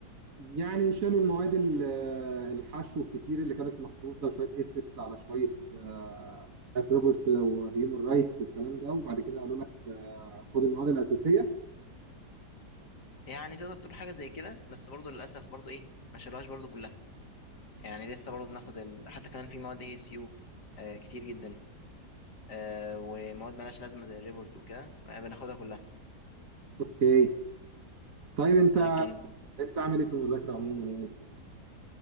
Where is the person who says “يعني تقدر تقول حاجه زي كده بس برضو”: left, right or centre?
Left